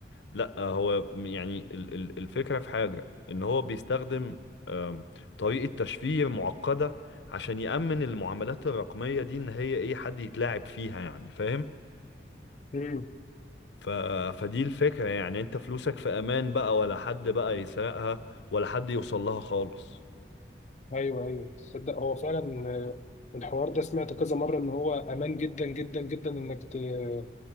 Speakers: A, on the left (about 85°); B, on the left (about 40°).
A: لا هو م- يعني ال- ال- الفكرة في حاجة ان هو بيستخدم آم، طريقة تشفير معقدة عشان يأمن المعاملات الرقمية دي ان هي ايه حد يتلاعب فيها يعني فاهم
B: <laughs> امم
A: ف... فدي الفكرة يعني انت فلوسك في امان بقى ولا حد بقى يسرقها ولا حد يوصل لها خالص
B: ايوه ايوه تصدق هو فعلا آه، الحوار ده سمعت كذا مره ان هو امان جدا جدا جدا انك ت-